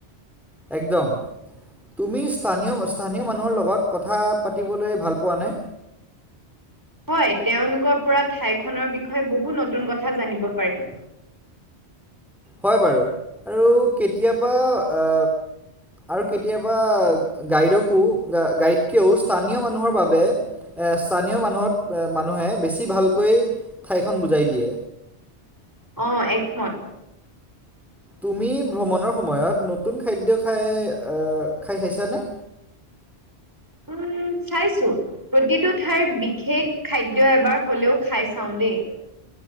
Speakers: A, in the centre; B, on the right.
A: একদম তুমি স্থানীয় অস্থানীয় মানুহৰ লগত কথা পাতিবলৈ ভাল পোৱা নে
B: হয় তেওঁলোকৰ পৰা ঠাইখনৰ বিষয়ে বহুত নতুন কথা জানিব পাৰি।
A: হয় বাৰু আৰু কেতিয়াবা আ আৰু কেতিয়াবা গাইডকো গাইডকেও স্থানীয় মানুহৰ বাবে এ স্থানীয় মানুহত মানুহে বেছি ভালকৈ ঠাইখন বুজাই দিয়ে।
B: অ একমত।
A: তুমি ভ্ৰমণৰ সময়ত নতুন খাদ্য খাই আ খাই চাইছানে?
B: উম চাইছো প্ৰতিটো ঠাইৰ বিশেষ খাদ্য এবাৰ হলেও খাই চাওঁ দেই